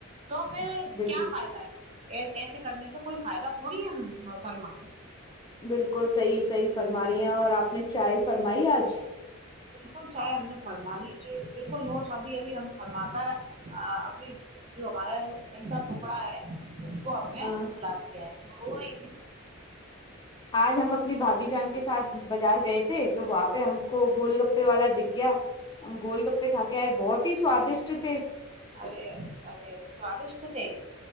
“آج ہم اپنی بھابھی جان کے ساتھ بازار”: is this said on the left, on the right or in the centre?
Left